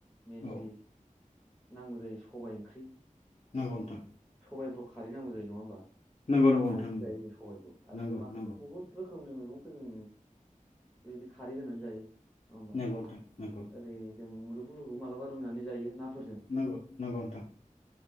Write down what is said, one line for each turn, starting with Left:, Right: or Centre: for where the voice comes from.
Centre: मेनलि
Left: औ
Centre: नांगौ जायो सबाय ओंख्रि
Left: नांगौ नोंथां।
Centre: सबायफ्राव खारै नांगौ जायो नङा होमबा।
Left: नंगौ नंगौ
Centre: खारैजो
Left: नोंथां
Centre: जायो सबाइखौ आरो
Left: नंगौ
Centre: माखासे
Left: नंगौ
Centre: बहुत रोखोमनि मै खौ जों ओयदि खारै होनानै जायो। नङा होमबा
Left: नंगौ नंगौ नोंथां नंगौ
Centre: ओरै जों मुलुग फोरखौ मालााबा रुनानै जायो नाफोर
Left: नंगौ नंगौ नोंथां